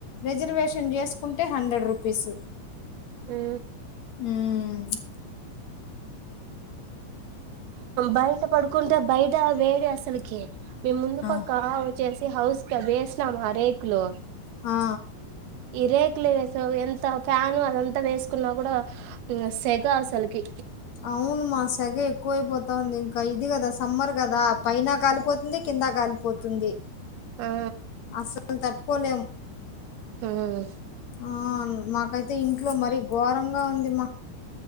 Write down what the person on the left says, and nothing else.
రిజర్వేషన్ కొంచెం చేసుకుంటే హండ్రెడ్ రూపీస్
ఉమ్
ఆ
ఆ
ఆవును మాసేగ ఎక్కువైపోతా ఉంది ఇంకా ఇది కదా సమ్మర్ కదా పైన కాలిపోతుంది కింద కాలిపోతుంది
అసలు తట్టుకోలేము
ఆ మాకైతే ఇంట్లో మరీ ఘోరంగా ఉంది మా